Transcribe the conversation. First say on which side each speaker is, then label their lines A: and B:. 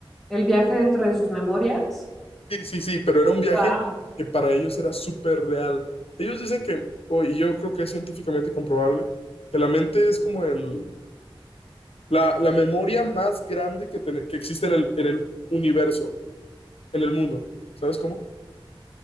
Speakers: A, in the centre; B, on the left.
A: el viaje dentro de sus memorias.
B: Sí, sí, sí, pero era un viaje
A: Wow.
B: que para ellos era súper real. Ellos dicen que, o- y yo creo que es científicamente comprobable, que la mente es como el, la, la memoria más grande que, ten- que existe en el, en el universo, en el mundo, ¿sabes cómo?